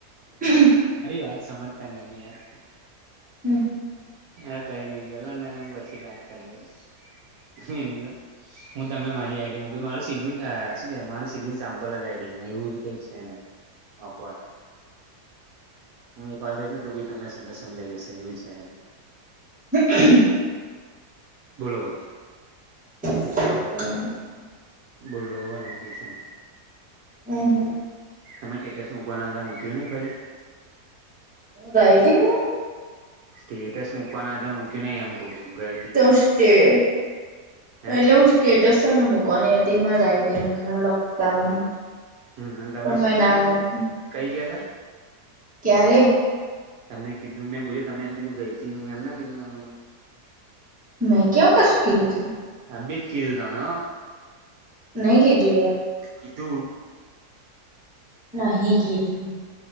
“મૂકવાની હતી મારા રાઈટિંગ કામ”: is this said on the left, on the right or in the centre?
Centre